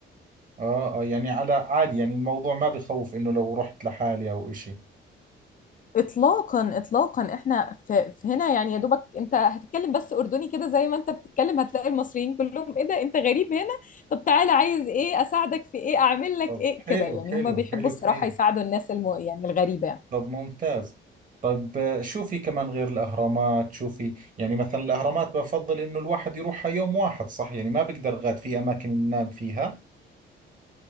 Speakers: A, on the right; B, on the left.
A: اه اه يعني على عادي يعني الموضوع ما بخوف انه لو رحت لحالي او اشي
B: اطلاقا اطلاقا احنا في, في هنا يعني يا دوبك انت هتتكلم بس اردني كده زي ما انت بتتكلم هتلاقي المصريين كلهم ايه ده انت غريب هنا طب تعالى عايز ايه اساعدك في ايه اعمل لك
A: طب
B: ايه
A: حلو
B: كده يعني
A: حلو
B: هم بيحبوا
A: حلو
B: الصراحة
A: كثير
B: يساعدوا الناس الم... يعني الغريبة يعني
A: طب ممتاز طيب آه، شو في كمان غير الاهرامات شو في يعني مثلا الاهرامات بفضل انه الواحد يروحها يوم واحد صح يعني ما بقدر غاد في اماكن ينام فيها